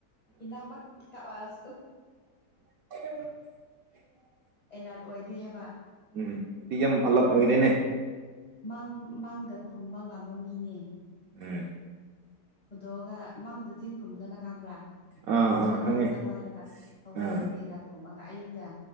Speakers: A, on the left; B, on the right.
A: ꯀꯅꯥ ꯑꯃ ꯀꯋꯥꯁꯨ
B: <unintelligible>
A: ꯑꯦꯂꯥꯔꯠ ꯑꯣꯏꯗꯦ ꯍꯥꯏꯕ
B: ꯎꯝ ꯁꯤꯗꯤ ꯌꯥꯝ ꯑꯂꯔꯠ ꯑꯣꯏꯔꯦꯅꯦ
A: ꯎꯝ ꯃꯥꯡ ꯃꯥꯡꯗ ꯈꯨꯝꯕ ꯉꯥꯝꯕ ꯃꯤꯅꯦ
B: ꯎꯝ
A: ꯍꯣꯏꯗꯣꯛꯑꯒ ꯃꯥꯡꯗ ꯆꯤꯟ ꯈꯨꯝꯕꯅ ꯅꯪ ꯈꯪꯕ꯭ꯔꯥ
B: ꯑꯥ
A: ꯍꯧꯒꯠꯂꯣꯑꯣ
B: ꯑꯥ ꯈꯪꯉꯦ
A: ꯍꯧꯒꯠꯂꯑꯣ ꯍꯥꯏꯔꯦꯒ ꯍꯧꯒꯠꯅꯤꯡꯗꯦꯒ
B: ꯑꯥ
A: ꯈꯨꯝꯃꯒ ꯑꯌꯨꯛꯇ